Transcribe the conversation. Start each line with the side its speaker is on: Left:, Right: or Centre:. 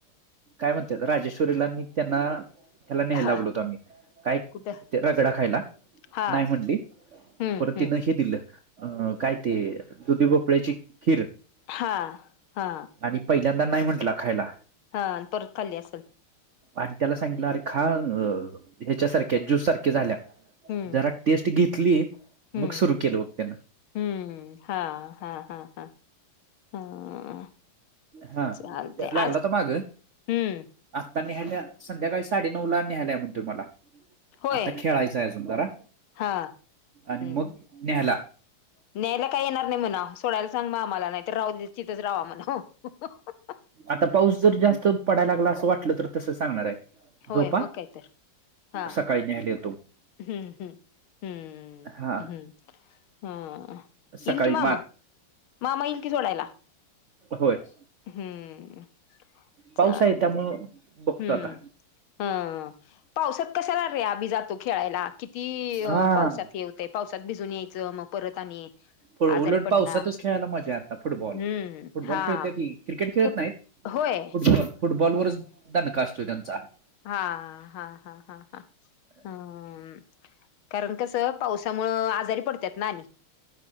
Right: काय म्हणतात राजेश्वरीलानी त्यांना ह्याला न्याय
Left: हा
Right: लागल होतो आम्ही काय
Left: कुठं
Right: ते रगडा खायला
Left: हा
Right: नाही म्हटली
Left: हम्म
Right: पर
Left: हम्म
Right: तिनं हे दिलं अं काय ते दुधी भोपळ्याची खीर
Left: हा हा
Right: आणि पहिल्यांदा नाही म्हटला खायला
Left: हा आणि परत खाल्ली असेल
Right: आणि त्याला सांगितलं अर हा ह्याच्यासारख्या ज्यूस सारख्या झाल्या
Left: हम्म
Right: जरा टेस्ट घेतली
Left: हम्म
Right: मग सुरू केलं मग त्यांना
Left: हम्म हा हा हा हा हा
Right: हा
Left: चालते
Right: लागला
Left: आज
Right: तर माग
Left: हम्म
Right: आत्ता नेहायल्या संध्याकाळी साडेनऊ ला निहायल्या या म्हणतोय मला
Left: होय
Right: आता खेळायचय अजून करा
Left: हा
Right: आणि
Left: हम्म
Right: मग न्याला
Left: न्यायला काही येणार नाही म्हणा सोडायला सांग मामा ला आम्हाला नाहीत राहू तिथच राहावा म्हण हो ह
Right: आता पाऊस जर जास्त पडायला लागला असं वाटलं तर तसं सांगणार आहे
Left: होय
Right: झोपा
Left: मग काय तर हा
Right: सकाळी नले
Left: हम्म हम्म हम्म
Right: हा
Left: हम्म हम्म
Right: सकाळी
Left: येईल कि मामा मामा येईल कि सोडायला
Right: होयच
Left: हम्म
Right: पाऊस
Left: चालते
Right: आहे त्यामुळं
Left: हम्म
Right: बघतो आता
Left: हम पावसात कशाला रे आभी जातो खेळायला किती
Right: हा.
Left: पावसात ते होतय पावसात भिजून यायचं म परत आणि.
Right: उलट
Left: आजारी पडणार
Right: पावसातच खेळायला मजाय आता फुटबॉल,
Left: हम्म
Right: फुटबॉल
Left: हा
Right: खेळत्या ती. क्रिकेट खेळत
Left: फुट
Right: नाहीत,
Left: होय
Right: फुटबॉल फुटबॉलवररच दणका असतोय त्यांचा.
Left: हा हा हा हा हा, हम्म. कारण कसं पावसामुळ आजारी पडतात ना आणि.